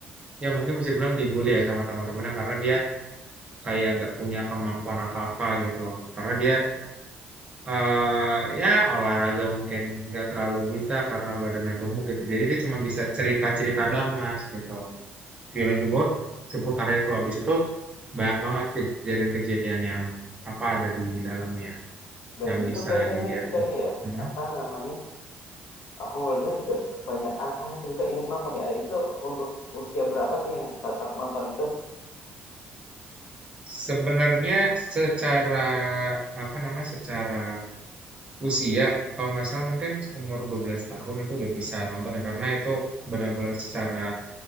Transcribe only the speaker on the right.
ya mungkin bisa bilang dibully ya sama teman-temannya karena dia kayak nggak punya kemampuan apa-apa gitu. Karena dia eh ya olahraga mungkin nggak terlalu bisa karena badannya gemuk gitu. Jadi dia cuma bisa cerita-cerita doang Mas gitu. Violen Jumbo seputar itu habis itu banyak banget kejadian-kejadian yang apa ada di dalamnya.
yang
bisa
dilihat
gitu.
Mhm.
Sebenarnya secara apa namanya secara usia kalau nggak salah mungkin umur 12 tahun itu udah bisa nonton ya, karena itu benar-benar secara